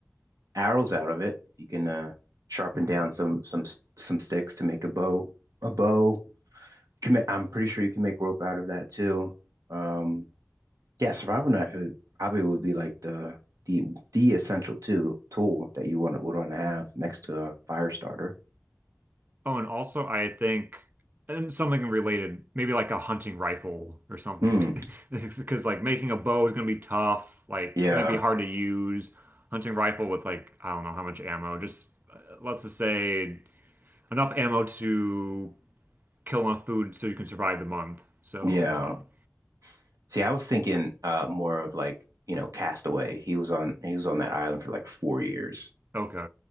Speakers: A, on the right (about 80°); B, on the right (about 35°).
A: arrows out of it. You can uh sharpen
B: Hmm.
A: down some some some sticks to make a bow, a bow. can ma- I'm pretty sure you can make rope out of that too. Um, yeah, survival knife it probably would be like the the the essential too tool that you want would want to have next to a fire starter.
B: Oh, and also I think and something related, maybe like a hunting rifle or something.
A: Hmm.
B: <laughs> Because like making a bow is gonna be tough. Like
A: Yeah.
B: it might be hard to use. Hunting rifle with like I don't know how much ammo. Just uh, let's just say enough ammo to kill enough food so you can survive the month. So
A: Yeah.
B: um,
A: See, I was thinking uh more of like, you know, Castaway. He was on he was on that island for like four years.
B: okay.